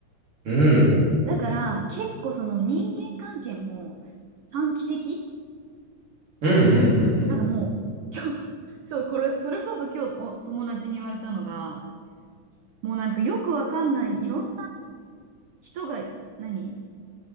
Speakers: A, on the right (about 40°); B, on the right (about 85°).
A: ん、うん、
B: だから、結構その人間関係も短期的
A: うん、うん、うん、うん。うん
B: だからもう、今日、<laughs> そう、これ、それこそ今日お友達に言われたのが、もうなんかよくわかんないいろんな人が、何